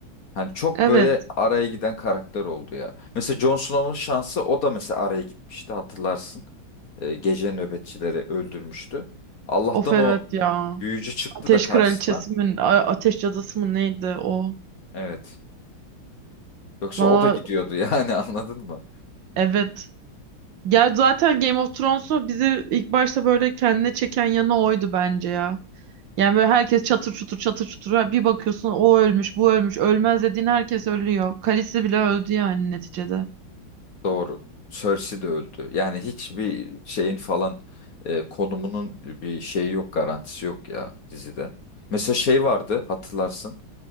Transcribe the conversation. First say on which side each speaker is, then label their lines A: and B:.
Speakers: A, on the left; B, on the right.
A: Hani çok
B: Evet.
A: böyle araya giden karakter oldu ya. Mesela Jon Snow'un şansı o da mesela araya gitmişti hatırlarsın. E, gece nöbetçileri öldürmüştü. Allah'tan
B: Of evet
A: o
B: ya.
A: büyücü çıktı
B: Ateş
A: da karşısına.
B: Kraliçesi mi? A- Ateş Cadısı mı neydi o?
A: Evet. Yoksa
B: Valla
A: o da gidiyordu yani <laughs> anladın mı?
B: evet. Ya zaten Game of Thrones'u bizi ilk başta böyle kendine çeken yanı oydu bence ya. Yani böyle herkes çatır çutur çatır çutur. Bir bakıyorsun o ölmüş bu ölmüş. Ölmez dediğin herkes ölüyor. Khaleesi bile öldü yani neticede.
A: Doğru. Cersei de öldü. Yani hiçbir şeyin falan e, konumunun bir şeyi yok, garantisi yok ya dizide. Mesela şey vardı hatırlarsın.